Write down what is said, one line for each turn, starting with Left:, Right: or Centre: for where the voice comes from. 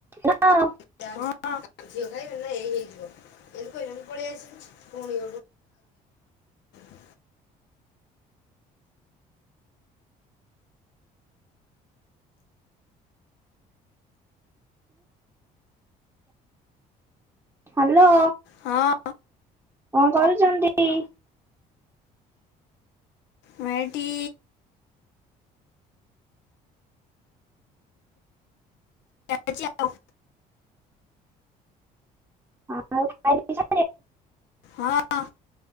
Right: Hello.
Left: <unintelligible> ଝିଅ ଖାଇବ। ଏଇ ହେଇଯିବ। ଏମିତି କହିଲେ, ମୁଁ ପଳେଇ ଆସିଲି। ପୁଣି <unintelligible>
Right: ହ୍ୟାଲୋ।
Left: ହଁ।
Right: କଣ କରୁଚନ୍ତି?
Left: ମୁଁ ଏଇଠି ଚାଲିଛି ଆଉ।
Right: ଆଉ <unintelligible>
Left: ହଁ।